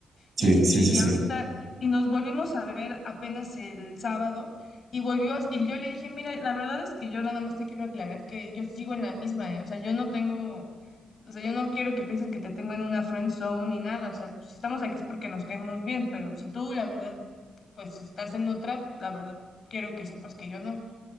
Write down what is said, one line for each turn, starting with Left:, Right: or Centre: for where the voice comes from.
Right: Sí,
Left: Y,
Right: sí,
Left: y
Right: sí, sí.
Left: ahorita, y nos volvimos a ver apenas el sábado, y volvió, a- y yo le dije, mira, la verdad es que yo nada más te quiero aclarar que yo sigo en la misma, ¿eh? O sea, yo no tengo, o sea, yo no quiero que pienses que te tengo en una friend zone ni nada, o sea, si estamos aquí es porque nos caemos bien, pero si tú, la verdad, pues estás en otra, la verdad, quiero que sepas que yo no.